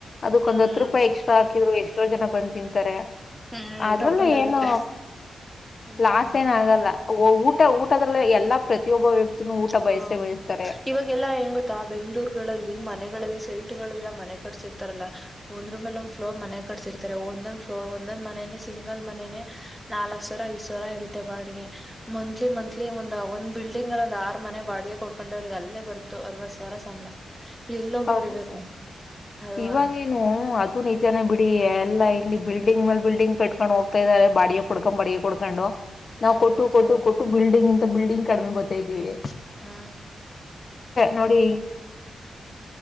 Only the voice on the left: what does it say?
ಅದಕ್ಕ
ಒಂದ ಹತ್ತು ರೂಪಾಯಿ ಎಕ್ಸ್ಟ್ರಾ ಹಾಕಿದ್ರು ಎಷ್ಟೋ ಜನ ಬಂದ ತಿಂತಾರೆ
ಅದ್ರಲ್ಲೂ
ಏನು
ಲಾಸ್ ಏನ ಆಗಲ್ಲ ಊಟ ಊಟದದಲ್ಲಿ ಎಲ್ಲಾ ಪ್ರತಿಯೊಬ್ಬ ವ್ಯಕ್ತಿನೂ ಊಟ
ಬಯಸೇ ಬಯಸ್ತಾರೆ
ಹೌದು
ಇವಾಗೇನು ಅದು ನಿಜನೇ ಬಿಟ್ಟ ಇಲ್ಲಿ ಎಲ್ಲ ಇಲ್ಲಿ ಬಿಲ್ಡಿಂಗ್ ಮೇಲ್ ಬಿಲ್ಡಿಂಗ್ ಕಟ್ಕೊಂಡು ಹೋಗ್ತಾ ಇದಾರೆ ಬಾಡಿಗೆ ಕುಡ್ಕೊಂಡ್ ಬಡಿಗೆ ಕುಡ್ಕೊಂಡು ನಾವ್
ಕೊಟ್ಟು ಕೊಟ್ಟು ಕೊಟ್ಟು ಬಿಲ್ಡಿಂಗ್ ಇಂಂತ ಬಿಲ್ಡಿಂಗ್ ಕಡಿಮೆ ಬರ್ತಾ ಇದ್ದೀವಿ
ನೋಡಿ